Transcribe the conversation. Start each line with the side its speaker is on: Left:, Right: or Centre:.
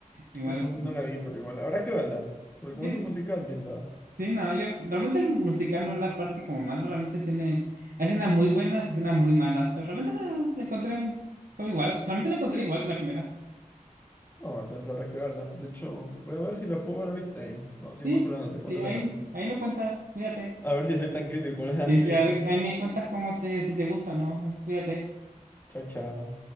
Right: igual,
Left: El segundo no la vi, pero igual, habrá que verla. Porque
Right: sí,
Left: como es
Right: sí,
Left: un musical, quién sabe.
Right: sí, no, yo realmente el musical no es la parte como mala, realmente tiene hay escenas muy buenas y escenas muy malas, pero realmente la, la encontré un- como igual, realmente la encontré igual que la primera.
Left: No, entonces habrá que verla. De hecho, voy a ver si la puedo ver ahorita. y, Bueno,
Right: Sí,
Left: sigamos hablando, te
Right: sí,
Left: cuento
Right: ahí,
Left: qué tal.
Right: ahí me cuentas, cuídate.
Left: A ver si soy tan crítico con las ideas,
Right: Y
Left: cuídate.
Right: sí, a ver, ahí me cuentas cómo te, si te gusta o no, cuídate.
Left: <laughs> Chao, chao.